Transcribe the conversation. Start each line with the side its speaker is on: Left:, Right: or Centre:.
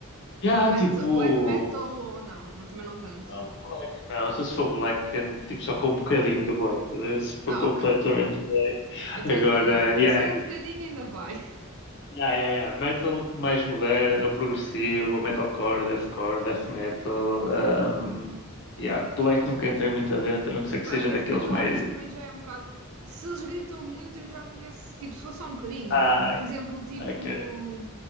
Left: Yeah,
Right: metal-
Left: tipo.
Right: black metal ou não? Não, também não tanto.
Left: Não, black não, só se for black, and, tipo, só com um bocadinho de black, estás a ver? Se for
Right: Ah,
Left: completamente
Right: ok.
Left: black.
Right: Então
Left: Agora,
Right: é como eu.
Left: yeah,
Right: Sou
Left: yeah,
Right: um bocadinho ainda vai.
Left: yeah, yeah, yeah. Metal mais moderno, ou progressivo, ou metalcore, deathcore, death metal. Um, yeah. Black nunca entrei muito adentro, a não ser
Right: Epá,
Left: que seja
Right: death
Left: daqueles
Right: metal
Left: mais.
Right: às vezes também já é um bocado. Se eles gritam muito, eu já começo. Tipo, se for só um bocadinho.
Left: Ah,
Right: Por exemplo, tipo.
Left: ok.